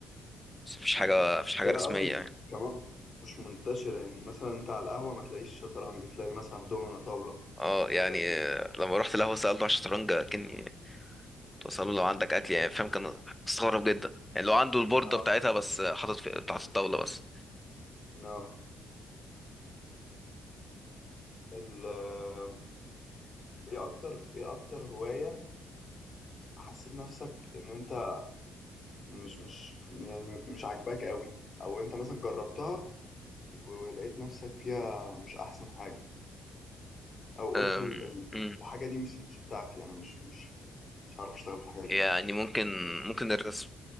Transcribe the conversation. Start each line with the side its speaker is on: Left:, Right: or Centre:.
Centre: بس مفيش حاجة
Left: مم.
Centre: مفيش حاجة
Left: هي
Centre: رسمية
Left: اصلا
Centre: يعني
Left: كمان مش منتشره يعني مثلا انت على القهوه ما تلاقيش شطرنج تلاقي مثلا دومنة طاوله
Centre: اه يعني
Left: الحاجات دي
Centre: آه، لما رحت القهوة سألته على الشطرنج كني له لو عندك اكل يعني فاهم كان استغرب جدا يعني لو عنده البوردة
Left: اه
Centre: بتاعتها بس آه، حاطط في بتاعت الطاولة بس
Left: نو ال آه، ايه اكتر ايه اكتر هوايه حسيت نفسك ان انت مش مش يعني مش عاجباك قوي او انت مثلا جربتها ولقيت نفسك فيها مش احسن حاجه او قلت
Centre: أم،
Left: ال... ال...
Centre: أم.
Left: الحاجه دي مش مش بتاعتي انا مش مش مش عارف اشتغل في الحاجه
Centre: يعني
Left: دي
Centre: ممكن ممكن الرسم